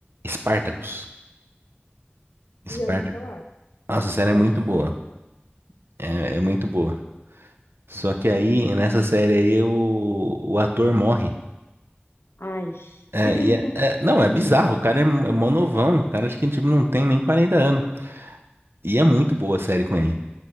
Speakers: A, on the right; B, on the left.
A: Spartacus. Spartacus.
B: Já ouvi falar
A: Nossa, a série
B: sobre.
A: é muito boa. É, é muito boa. Só que aí, nessa série aí, o, o ator morre.
B: Ai.
A: É,
B: <laughs>
A: e é- é- não, é bizarro. O cara é, m- é mó novão. O cara acho que tipo, não tem nem 40 anos. E é muito boa a série com ele.